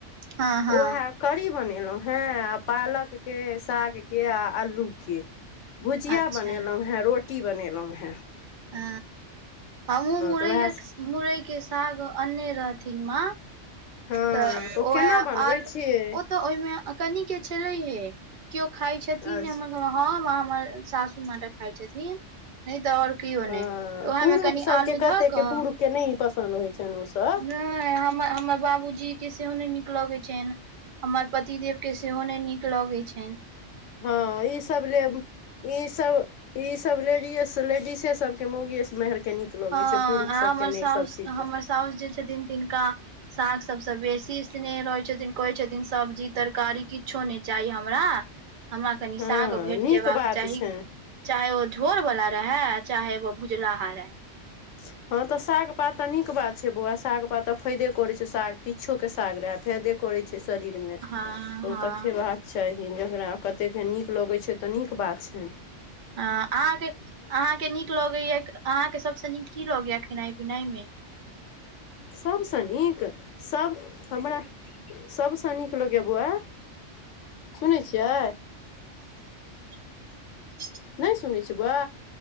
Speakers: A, on the right; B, on the left.
A: हँ हँ
B: ओहे करी बने लौ हैं आ पालक के सागके आ अल्लूके भुजिया
A: अच्छा
B: बनेलौ हैं रोटी बनेलहुँ हैं
A: ह हमहुँ मुरैयेक
B: तऽ उएह
A: मुरै के साग अन्ने रहथिन माँ
B: हँ
A: तऽ
B: ओ
A: ओहे
B: केना बनबै
A: आर
B: छियै
A: ओ तऽ ओहिमे कनि के छलैहे केओ खााय छथिन
B: अच्छा
A: हम हमर सासु म खाइ छथिन नहि तऽ ओर केऊने
B: हँ
A: त ओहि
B: पुरुख
A: में कंपनी
B: सभके
A: अल्लु
B: कतेकके
A: ध क
B: पुरुषके नहि पसन्द होइ छनि ओसभ
A: नै हमर हमर बाबूजी के सेहो नहि नीक लगैत छैन हमर पतिदेव के सेहो नै नीक लगैत छैन
B: हँ ईसभ लि ईसभ ई सब लेडीस लेडिसे सबके मोगीये मेहर के नीक लगे
A: हँ
B: छै पुरुख
A: आ
B: सबके
A: हमर
B: नहि ई
A: हाउस
B: सब चीज पसन्द।
A: हमर साउस जे छथिन तिनका साग सब सभ बेसी स्नेह रहै छथिन कहै छथिन सब्जी तरकारी किछो नहि चाही हमरा हमरा कनि
B: हँ
A: साग भेट
B: नीक
A: जेबाक
B: बात
A: चाही
B: छै
A: चाहे ओ झोर बला रहे चाहे ओ भूजलाहा रहै
B: <inaudible> हँ तऽ साग पात तऽ नीक बात छैय बौआ साग पात तऽ फायदे करैत छैय साग किछोके साग रहै फायदे करैत छैय। शरीरमे
A: हँ
B: तऽ
A: हँ
B: ओत खेबहाक चाही जकरा कतेकके नीक लगैत छैय तऽ नीक बात छैन
A: हँ अहाँके अहाँके नीक लगैया अहाँके सभसँ नीक की लोगैया खेनाई पिनाई में
B: सबसँ नीक सब हमरा सभसँ नीक लगैया बौआ सुनै छियै
A: ह
B: नहि सुनै छीयै बौआ